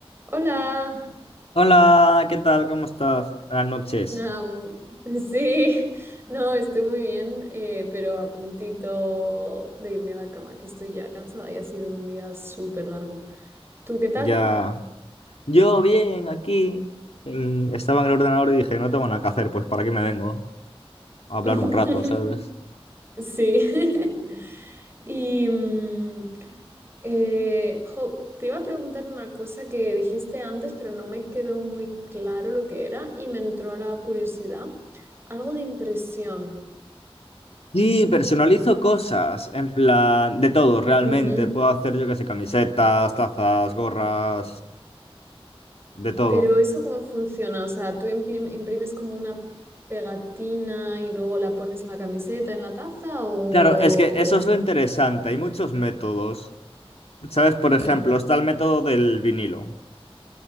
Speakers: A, on the right; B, on the left.
A: Hola,
B: Hola, ¿qué tal? ¿Cómo estás? Buenas noches.
A: no, <laughs> sí, no, estoy muy bien, eh, pero a puntito de irme a la cama, que estoy ya cansada y ha sido un día súper largo. ¿Tú qué tal?
B: Ya. Yo bien, aquí. en- Estaba en el ordenador y dije, no tengo nada que hacer, pues ¿para qué me vengo? A hablar
A: <laughs>
B: un rato, ¿sabes?
A: Sí. <laughs> Y, mm, eh, jo, te iba a preguntar una cosa que dijiste antes, pero no me quedó muy claro lo que era y me entró la curiosidad. Algo de impresión.
B: Y personalizo cosas, en plan, de todo, realmente.
A: Ujú.
B: Puedo hacer, yo que sé, camisetas, tazas, gorras, de todo.
A: Pero eso cómo funciona, o sea, tú implim- imprimes como una pegatina y luego la pones en la camiseta, en la taza o...
B: Claro, es
A: o-
B: que eso es lo interesante, hay muchos métodos. ¿Sabes? Por ejemplo,
A: mm,
B: está el método del vinilo.